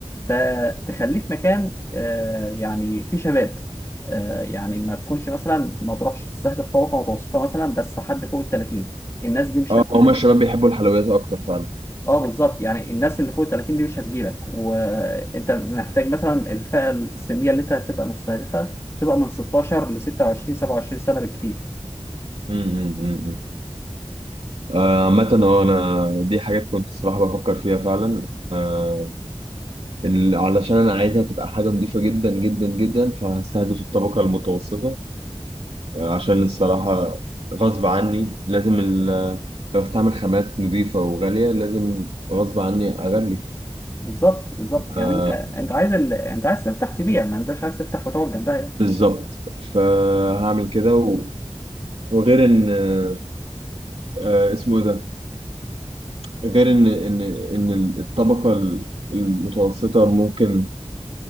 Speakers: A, on the left; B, on the right.
A: فتخليه في مكان آه، يعني فيه شباب آه، يعني ما تكونش مثلا ما تروحش تستهدف طبقه متوسطه مثلا بس حد فوق ال 30 الناس دي مش
B: اه
A: هتجيلك
B: هما الشباب بيحبوا الحلويات اكتر فعلا
A: اه بالظبط يعني الناس اللي فوق ال 30 دي مش هتجيلك وانت محتاج مثلا الفئه السنيه اللي انت هتبقى مستهدفها تبقى من 16 ل 26 27 سنه بالكتير
B: امم آه، عامة اه انا دي حاجات كنت الصراحة بفكر فيها فعلا آه، ال- علشان انا عايزها تبقى حاجة نظيفة جدا جدا جدا فهستهدف الطبقة المتوسطة آه، عشان الصراحة غصب عني لازم ال- لو استعمل خامات نظيفة وغالية لازم غصب عني اغلي
A: بالظبط بالظبط يعني
B: آه،
A: انت انت عايز ال... انت عايز تفتح تبيع ما انتش عايز تفتح وتقعد جنبها
B: بالظبط فهعمل كده و- وغير ان آه، آه، اسمه ايه ده غير ان ان ان الطبقة المتوسطة ممكن